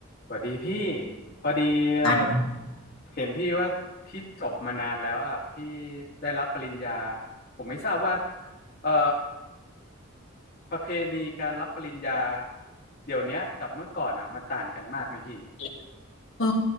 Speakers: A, on the left; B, on the left.
A: สวัสดีพี่พอดีเอ่อ
B: อ่
A: เห็นพี่ว่าพี่จบมานานแล้วอ่ะพี่ได้รับปริญญาผมไม่ทราบว่าเอ่อประเพณีการรับปริญญาเดี๋ยวเนี้ยกับเมื่อก่อนอ่ะมันต่างกันมากไหมพี่
B: ะ เออ